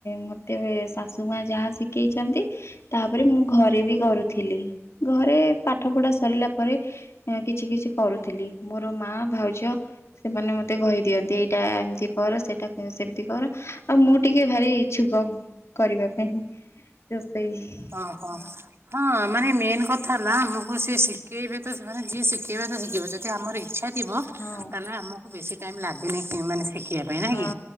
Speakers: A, on the left (about 70°); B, on the right (about 60°).
A: ମୋତେ ଶାଶୁ ମା ଯାହା ଶିଖେଇଛନ୍ତି। ତାପରେ ମୁଁ ଘରେ ବି କରୁଥିଲି ଘରେ ପାଠ ପଢ଼ା ସରିଲା ପରେ। କିଛି କିଛି କରୁଥିଲି ମୋର ମା ଭାଉଜ ସେମାନେ ମତେ କହିଦିଅନ୍ତି ଏ ଏଟା ଏମିତି କର ସେଇଟା ସେମତି କର ଆଉ ମୁଁ ଟିକେ ଭାରି ଇଚ୍ଛୁକ। କରିବା ପାଇଁ ରୋଷେଇ।
B: ଓହୋ।
A: ହଁ
B: ହଁ ମାନେ ମେନ୍ କଥା ହେଲା ଆମକୁ ସିଏ ଶିଖେଇବେ ତ ମାନେ ଯିଏ ଶିଖେଇବେ ତ ଶିଖେଇିବେ ଯଦି ଆମର ଇଚ୍ଛା ଥିବ
A: ହଁ
B: ଆମକୁ ବେଶି ଟାଇମ୍ ଲାଗେନି ମାନେ ଶିଖିବା ପାଇଁ। ନାଇଁ
A: ହଁ
B: କି